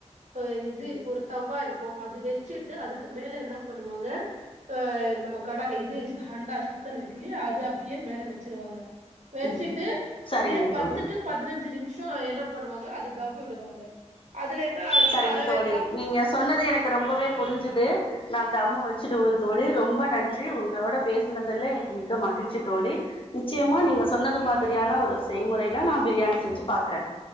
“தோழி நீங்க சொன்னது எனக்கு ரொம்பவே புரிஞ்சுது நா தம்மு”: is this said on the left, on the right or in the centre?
Left